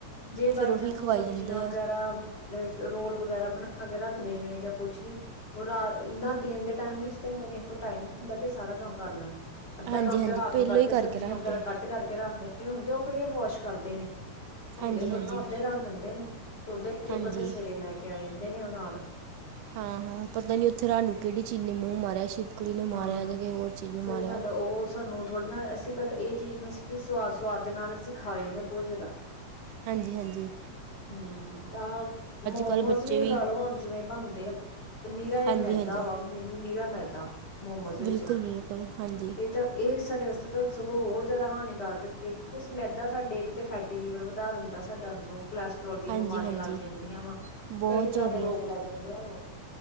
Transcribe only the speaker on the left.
ਜੇ ਬਾਈਚਾਂਸ
ਉਹ ਸਬਜ਼ੀਆਂ
ਵਗੈਰਾ
ਰੋਲ ਵਗੈਰਾ ਬਣਾਕੇ ਰੱਖਦੇ ਨੇ, ਜਾ ਕੁਛ ਵੀ, ਔਰ ਆ ਇਨਾਂ ਦੇਣ ਦੇ ਟਾਈਮ ਵਿੱਚ ਤਾਂ ਇੰਨਾ ਕਿਹੇ ਕੋਲ ਟਾਈਮ ਨੀ ਹੁੰਦਾ ਕਿ, ਸਾਰਾ ਕੰਮ ਕਰ ਲੈਣ। ਅੱਧਾ
ਕੰਮ
ਤੇ ਓ ਰਾਤ ਨੂੰ
ਕਰਕੇ,
ਸਬਜ਼ੀਆਂ
ਵਗੈਰਾ ਕੱਟ ਕਰਕੇ ਰੱਖਦੇ ਹੋਣਗੇ, ਉਹ ਕਿਹੜੀਆਂ ਵੌਸ਼ ਕਰਦੇ ਨੇ। ਧੋਂਦੇ
ਥੋੜ
ਨਾ ਓਦਾਂ ਹੀ ਰੱਖ ਦਿੰਦੇ ਨੇ। ਓਦਾਂ ਹੀ ਚੁੱਕਕੇ
ਸਵੇਰੇ ਲੈਕੇ ਆ ਜਾਂਦੇ ਨੇ, ਉਹ ਨਾਲ।
ਹਾਂ
ਸਹੀ ਗੱਲ ਉਹ ਸਾਨੂੰ ਥੋੜ ਨਾ, ਅਸੀਂ ਪਰ ਇਹ ਚੀਜ਼ ਨੂੰ ਸਵਾਦ-ਸੁਵਾਦ ਦੇ ਨਾਲ ਅਸੀਂ ਖਾ ਲੈਂਦੇ ਹਾਂ, ਬਹੁਤ ਜ਼ਿਆਦਾ।
ਹੂੰ, ਤਾ ਮੋਮੋਸ
ਵੀ ਲਗਾਲੋ ਹੁਣ, ਜਿਵੇਂ ਬਣਦੇ ਆ। ਨੀਰਾ ਇਹ
ਮੈਦਾ
ਵਾ, ਮੈਨੂੰ ਨੀਰਾ ਮੈਦਾ। ਮੋਮੋਜ ਵਿੱਚ,
ਇਹ ਤਾ ਇਹ ਸਾਡੇ ਵਾਸਤੇ ਤਾਂ ਸਗੋਂ ਹੋਰ ਜ਼ਿਆਦਾ ਹਾਨੀਕਾਰਕ ਏ, ਕਿਉਂਕੀ ਮੈਦਾ ਸਾਡੇ ਇੱਕ ਤੇ ਫੈਟ ਟੀ ਲੀਵਰ ਵਧਾ ਦਿੰਦਾ ਸਾਡਾ ਅੰਦਰੋਂ। ਕੋਲੈਸਟਰ੍ਰੋਲ ਦੀਆਂ
ਬਿਮਾਰੀਆਂ
ਲੱਗ ਜਾਂਦੀਆਂ ਵਾ,
ਕਈ ਤਰ੍ਹਾਂ
ਦੇ ਰੋਗ ਲੱਗ ਜਾਂਦੇ ਹਾੰਨੂ।